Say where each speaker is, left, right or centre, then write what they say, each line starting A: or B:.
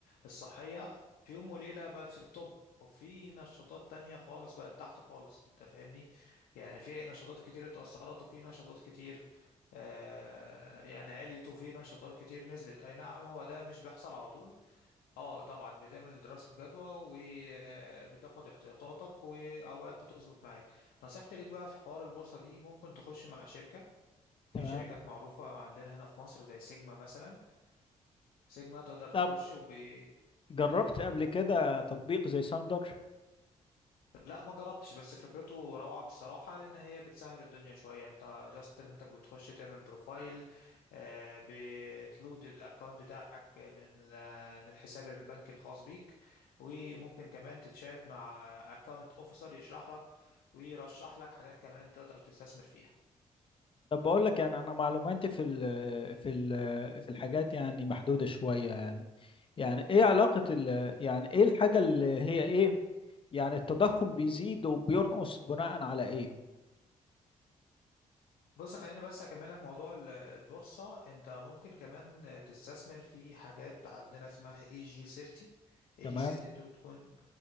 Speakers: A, on the left (about 80°); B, on the left (about 35°).
A: الصحية في يوم وليلة بقت في الطب وفي نشاطات تانية خالص بقت تحت خالص انت فاهمني يعني في نشاطات كتير اتأثرت وفي نشاطات كتير آه، يعني عليت وفي نشاطات كتير نزلت اي نعم هو ده مش بيحصل على طول اه طبعا بتعمل دراسة جدوى وبتاخد احتياطاتك واوقات بتظبط معاك نصيحتي ليك بقى في حوار البورصة دي ممكن تخش مع شركة في
B: تمام
A: شركات معروفة عندنا هنا في مصر زي سيجما مثلا سيجما تقدر
B: طب
A: تخش وب
B: جربت
A: قول لي
B: قبل كده تطبيق زي ساندر
A: لا ما جربتش بس فكرته روعة بصراحة لأن هي بتسهل الدنيا شوية أنت جاست إن أنت بتخش تعمل بروفايل آه، بتلود الأكونت بتاعك من ال- من الحساب البنكي الخاص بيك وممكن كمان تتشات مع أكونت أوفيسر يشرح لك ويرشح لك حاجات كمان تقدر تستثمر فيها
B: طب بقول لك يعني انا معلوماتي في ال في ال في الحاجات يعني محدوده شويه يعني يعني ايه علاقه ال يعني ايه الحاجه اللي هي ايه يعني التضخم بيزيد وبينقص بناء على ايه
A: بص خليني بس اكملك موضوع ال- البورصة انت ممكن كمان تستثمر في حاجات عندنا اسمها اي جي 30 اي
B: تمام
A: جي 30 دي بتكون